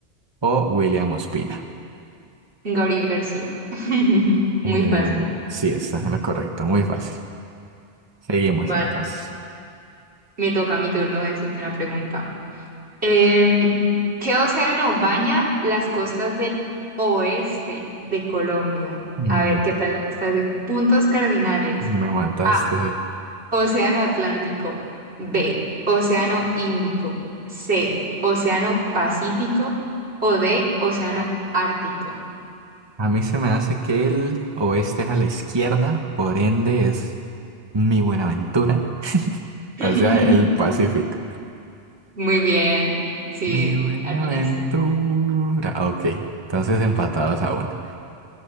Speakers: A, on the right (about 25°); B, on the right (about 80°).
A: o William Ospina.
B: Gabriel García. <laughs>
A: Eh,
B: Muy fácil.
A: sí, estás en lo correcto, muy fácil. Seguimos
B: Vale,
A: entonces.
B: me toca mi turno de decirte una pregunta. Em, ¿qué océano baña las costas del oeste de Colombia?
A: Me,
B: A ver, ¿qué tal? Estás de puntos cardinales.
A: me mataste.
B: A, Océano Atlántico. B, Océano Índico. C, Océano Pacífico. O D, Océano Ártico.
A: A mí se me hace que el oeste es a la izquierda, por ende es mi Buenaventura. <laughs>
B: <laughs>
A: O sea, el Pacífico.
B: Muy bien, sí,
A: Mi Buenaventura.
B: atinaste.
A: Ok, entonces empatados aún.